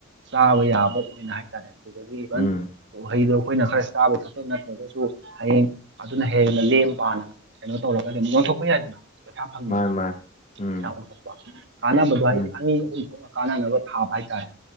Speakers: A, on the right (about 60°); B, on the left (about 40°).
A: ꯆꯥꯕ ꯌꯥꯕ ꯑꯣꯏꯅ ꯍꯥꯏ ꯍꯥꯏꯇꯥꯔꯦ ꯑꯗꯨꯗꯒꯤ ꯏꯚꯟ
B: ꯎꯝ
A: ꯎꯍꯩꯗꯣ ꯑꯩꯈꯣꯏꯅ ꯈꯔ ꯆꯥꯕ ꯊꯛꯄꯕ ꯅꯠꯇ꯭ꯔꯒꯁꯨ ꯍꯌꯦꯡ ꯑꯗꯨꯅ ꯍꯦꯟꯅ ꯂꯦꯝ ꯄꯥꯅ ꯀꯩꯅꯣ ꯇꯧꯔꯒ ꯑꯗꯨꯝ ꯑꯣꯟꯊꯣꯛꯄ ꯌꯥꯏꯗꯅ ꯄꯩꯁꯥ ꯐꯪꯉꯤꯗ
B: ꯃꯥꯏ ꯃꯥꯏ ꯎꯝ
A: ꯄꯩꯁꯥ ꯑꯣꯟꯊꯣꯛꯄ ꯀꯥꯟꯅꯕꯗꯣ ꯍꯥꯏꯗꯤ
B: ꯎꯝ
A: ꯑꯅꯤ ꯑꯍꯨꯝ ꯊꯣꯛ ꯀꯥꯟꯅꯅꯕ ꯊꯥꯕ ꯍꯥꯏꯇꯥꯔꯦ